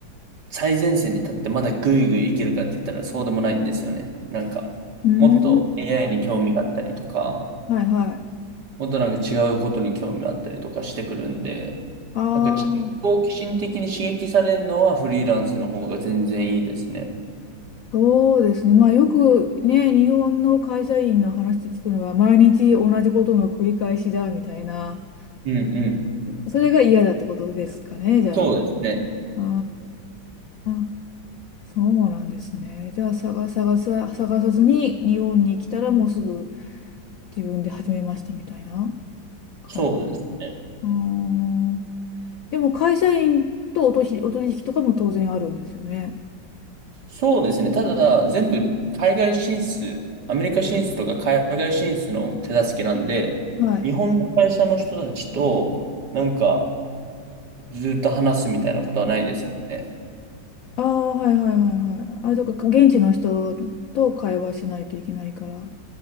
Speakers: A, on the right (about 60°); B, on the left (about 70°).
A: 最前線に立ってまだぐいぐいいけるかって言ったらそうでもないんですよね。なんか、
B: うーん。
A: もっと AI に興味があったりとか、
B: はいはい。
A: もっとなんか違うことに興味があったりとかしてくるんで、
B: ああ、
A: なんかち好奇心的に刺激されるのはフリーランスの方が全然いいですね。
B: そうですね。まあよくね、日本の会社員の話で聞くのは、毎日同じことの繰り返しだみたいな、
A: うんうん。
B: それが嫌だってことですかね、じゃあ。
A: そうですね。
B: ああ、そうなんですね。じゃあ探探さ、探さずに日本に来たらもうすぐ自分で始めましたみたいな感じで。
A: そうです。
B: うーん。でも会社員とお取引、お取引とかも当然あるんですよね。
A: そうですね。ただ、全部海外進出、アメリカ進出とか海外進出の手助けなんで、
B: はい。
A: 日本の会社の人たちと、なんか、ずっと話すみたいなことはないですね。
B: ああ、はいはいはいはい。あ、そっか、現地の人と会話しないといけないから。